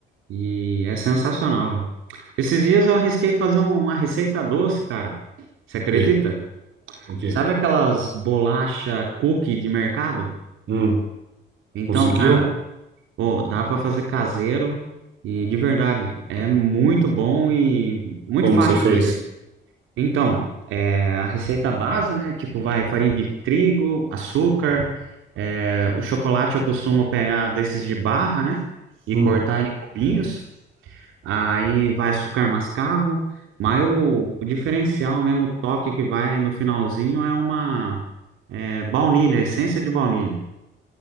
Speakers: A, on the right; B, on the right.
A: e é sensacional, velho. Esses dias eu arrisquei fazer um, uma receita doce, cara. Você
B: O
A: acredita?
B: quê? O quê?
A: Sabe aquelas bolacha cookie de mercado?
B: Hum,
A: Então,
B: conseguiu?
A: cara, Pô, dá para fazer caseiro e de verdade é muito bom e muito
B: Como
A: fácil
B: que você fez?
A: de fazer. Então, é, a receita base, né? Tipo, vai farinha de trigo, açúcar, é, o chocolate eu costumo pegar desses de barra, né? E
B: Hum.
A: cortar em cubinhos. Aí vai açúcar mascavo. Mas o, o diferencial mesmo, o toque que vai no finalzinho é uma é, baunilha, essência de baunilha.